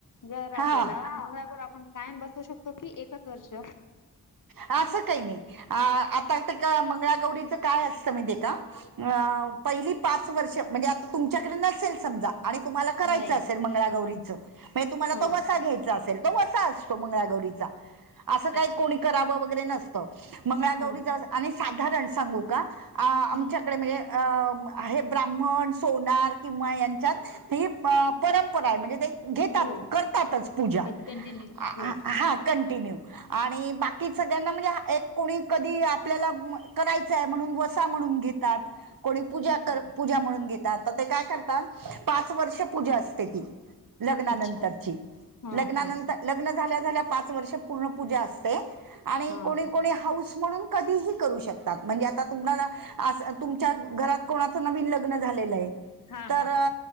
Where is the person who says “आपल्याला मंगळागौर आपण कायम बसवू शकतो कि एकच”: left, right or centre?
Left